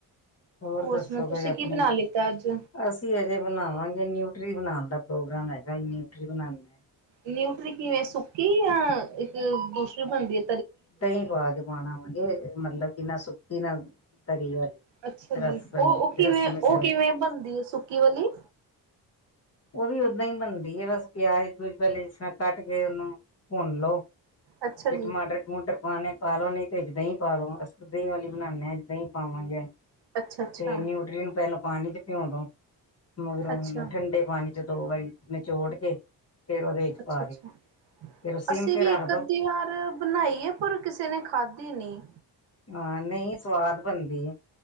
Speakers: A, on the left (about 35°); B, on the right (about 70°).
A: ਹੋਰ ਦੱਸੋਗੇ
B: ਸੁਣਾਓ ਤੁਸੀਂ
A: ਬਈ ਆਪਣੀ,
B: ਕੀ ਬਣਾ ਲਿੱਤਾ ਅੱਜ?
A: ਰੋਟੀ ਅਜੇ ਬਣਾਵਾਂਗੇ, ਨਿਊਟਰੀ ਬਣਾਣ ਦਾ ਪ੍ਰੋਗਰਾਮ ਹੈਗਾ, ਨਿਊਟਰੀ ਬਣਾਨੀ ਮੈਂ।
B: ਨਿਊਟਰੀ ਕਿਵੇਂ ਸੁੱਕੀ, ਜਾਂ ਇੱਕ ਦੂਸਰੀ ਬਣਦੀ ਐ
A: ਦਹੀਂ ਪਾ ਕੇ ਪਾਣਾ ਆਵਾਂਗੇ ਮਤਲਬ ਕਿ ਨਾ ਸੁੱਕੀ, ਨਾ ਤਰੀ ਵਾਲੀ।
B: ਅੱਛਾ ਜੀ,
A: ਰਸ ਬਣੀ
B: ਉਹ-ਉਹ ਕਿਵੇਂ,
A: ਰਸ ਮਿਸ
B: ਉਹ ਕਿਵੇਂ ਬਣਦੀ ਐ ਸੁੱਕੀ ਵਾਲੀ?
A: ਉਹ ਵੀ ਓਦਾਂ ਹੀ ਬਣਦੀ ਏ ਬਸ ਪਿਆਜ -ਪਿਊਜ ਪਹਿਲੇ ਜਿਸ ਤਰ੍ਹਾਂ ਕੱਟ ਕੇ, ਉਹਨੂੰ ਭੁੰਨ ਲੋਓ,
B: ਅੱਛਾ
A: ਤੇ
B: ਜੀ
A: ਟਮਾ ਟਰ ਪਾਣੇ ਪਾ ਲੋੋ, ਨਹੀਂ ਤੇ ਦਹੀਂ ਪਾ ਲੋ, ਅਸੀਂ ਤੇ ਦਹੀਂ ਵਾਲੀ ਬਣਾਨੇ ਆ, ਦਹੀ ਪਾਵਾਂਗੇ।
B: ਅੱਛਾ ਅੱਛਾ
A: ਤੇ ਨਿਊਟਰੀ ਨੂੰ ਪਹਿਲਾਂ ਪਾਣੀ ਚ ਪਿਓ ਦੋ ਮਗਰੋਂ
B: ਅੱਛਾ
A: ਓਨੂੰ ਠੰਡੇ ਪਾਣੀ ਦੋ ਵਾਰੀ ਨਿਚੋੜ ਕੇ ਫੇਰ ਓਦੇ ਵਿੱਚ
B: ਅੱਛਾ
A: ਪਾ ਦਿਓ,
B: ਅੱਛਾ।
A: ਫੇਰ ਓ ਸਿੰਮ
B: ਅਸੀਂ
A: ਤੇ
B: ਵੀ
A: ਰੱਖਦੋ।
B: ਇੱਕ ਅੱਧੀ ਵਾਰ ਬਣਾਈ ਏ ਪਰ ਕਿਸੇ ਨੇ ਖਾਦੀ ਨੀ।
A: ਹਾਂ, ਨ‌ਈ ਸਵਾਦ ਬਣਦੀ ਐ।